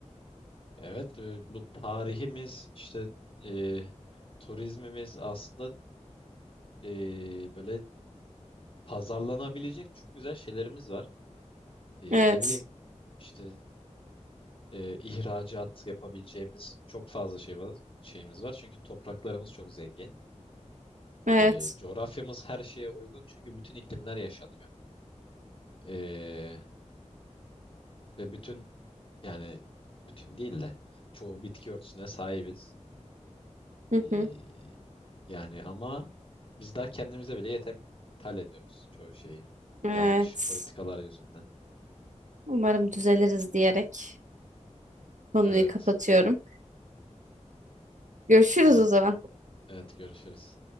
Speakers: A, on the left; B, on the right.
A: Evet, e, bu tarihimiz işte e, turizmimiz aslında e, böyle pazarlanabilecek çok güzel şeylerimiz var. E,
B: Evet,
A: ne bileyim işte e, ihracat yapabileceğimiz çok fazla şey var, şeyimiz var. Çünkü topraklarımız çok zengin.
B: evet,
A: E, coğrafyamız her şeye uygun çünkü bütün iklimler yaşanıyor. E, ve bütün yani bütün değil de çoğu bitki örtüsüne sahibiz.
B: hı
A: E,
B: hı,
A: yani ama biz daha kendimize bile yetemiyoruz. İthal ediyoruz çoğu şeyi.
B: evet.
A: Yanlış politikalar yüzünden.
B: Umarım düzeliriz diyerek konuyu
A: Evet.
B: kapatıyorum. Görüşürüz
A: Evet.
B: o zaman.
A: Evet görüşürüz.